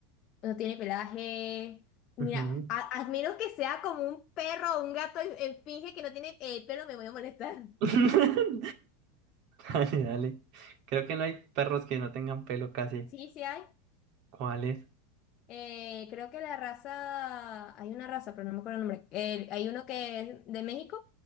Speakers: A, on the left (about 40°); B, on the right (about 55°).
A: no tiene pelaje. Mira,
B: Ujú.
A: a, a menos que sea como un perro o un gato y, eh, finge que no tiene eh, pelo, me voy a molestar.
B: <laughs> Dale, dale. Creo que no hay perros que no tengan pelo casi.
A: Sí, sí hay.
B: cuáles es?
A: Eh, creo que la raza, hay una raza, pero no me acuerdo el nombre. El- hay uno que es de México